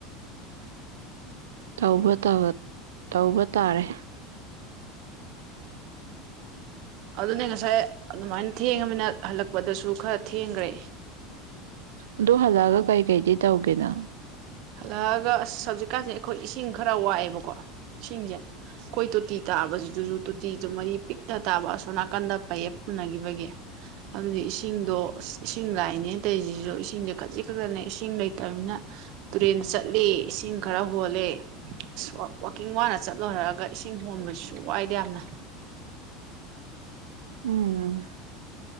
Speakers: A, on the right; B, on the right.
A: ꯇꯥꯎꯧꯕ ꯇꯕ ꯇꯧꯕ ꯇꯥꯔꯦ
B: ꯑꯗꯨꯅꯦ ꯉꯁꯥꯏ ꯑꯗꯨꯃꯥꯏꯅ ꯊꯦꯡꯉꯃꯤꯅ ꯍꯜꯂꯛꯄꯗꯁꯨ ꯈꯔ ꯊꯦꯡꯈ꯭ꯔꯦ
A: ꯑꯗꯨ ꯍꯜꯂꯛꯑꯒ ꯀꯩꯀꯩꯗꯤ ꯇꯧꯒꯦꯅ
B: ꯍꯜꯂꯛꯑꯒ ꯑꯁ ꯍꯧꯖꯤꯛꯀꯥꯟꯁꯦ ꯑꯩꯈꯣꯏ ꯏꯁꯤꯡ ꯈꯔ ꯋꯥꯠꯑꯦꯕꯀꯣ ꯏꯁꯤꯡꯁꯦ ꯑꯩꯈꯣꯏ ꯇꯣꯇꯤ ꯇꯥꯕꯁꯤꯗꯁꯨ ꯇꯣꯇꯤꯁꯨ ꯃꯔꯤ ꯄꯤꯛꯇ ꯇꯥꯕ ꯑꯁꯣ ꯅꯥꯀꯟꯗ ꯄꯌꯦꯞ ꯄꯨꯅꯈꯤꯕꯒꯤ ꯑꯗꯨꯗꯤ ꯏꯁꯤꯡꯗꯣ ꯑꯁ ꯏꯁꯤꯡ ꯂꯥꯛꯏꯅꯦ ꯇꯧꯔꯤꯁꯤꯁꯨ ꯏꯁꯤꯡꯁꯦ ꯈꯖꯤꯛ ꯈꯛꯇꯅꯦ ꯏꯁꯤꯡ ꯂꯩꯇꯅꯤꯅ ꯇꯨꯔꯦꯟꯗ ꯆꯠꯂꯤ ꯏꯁꯤꯡ ꯈꯔ ꯍꯣꯜꯂꯤꯦ ꯑꯁ ꯋꯥꯛꯀꯤꯡ ꯋꯥꯅ ꯆꯠꯂꯣꯏꯔꯑꯒ ꯏꯁꯤꯡ ꯍꯣꯟꯕꯁꯨ ꯋꯥꯏꯗ ꯌꯥꯝꯅ
A: ꯎꯝ